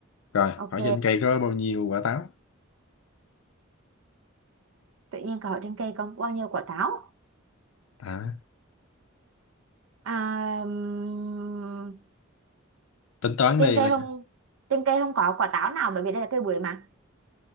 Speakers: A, on the left (about 75°); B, on the right (about 70°).
A: rồi
B: ok
A: hỏi trên cây có bao nhiêu quả táo
B: tự nhiên cậu trên cây có bao nhiêu quả táo
A: à,
B: à, ừm,
A: tính toán
B: trên
A: đi
B: cây
A: là
B: không trên cây không có quả táo nào bởi vì đây là cây bưởi mà